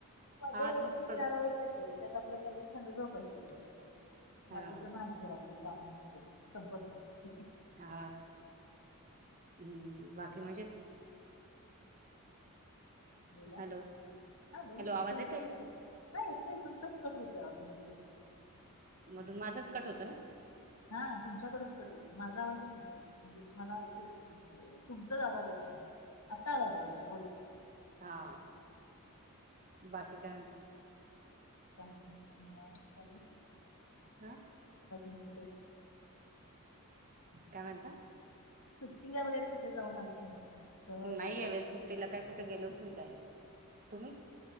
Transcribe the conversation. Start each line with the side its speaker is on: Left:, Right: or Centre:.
Left: मध्ये
Right: हा तुमचं
Left: एक ते चार
Right: पण
Left: वेळा येतो त्यात आपला काहीतरी छान झोपास यायची.
Right: हा
Left: बाकी तर माझं घरात काम आहेच. संपत नाही्.
Right: हा हम्म बाकी मजेत
Left: बोला
Right: हॅलो
Left: हा बोला
Right: हॅलो
Left: ना
Right: आवाज येतोय
Left: <unintelligible> हा येत तुमचच कट होते आवाजमध्ये
Right: मधून माझाच कट होतो ना.
Left: हा तुमच्याकडून कट होत माझा आवाजामध्येर मला ऐकू येत होतं तुमचाच आवाज येत नाही.
Right: <inaudible>
Left: आता आला बोला
Right: हा बाकी काय म्हणता?
Left: काही नाही निवांत चालय
Right: हा
Left: <unintelligible> कुठे.
Right: काय म्हणता?
Left: सुट्टीला वगैरे कुठे जाऊन आला की नाही. सहल
Right: नाही यावेस
Left: ट्रिप
Right: सुट्टीला काय कुठे गेलोच नाही काही, तुम्ही?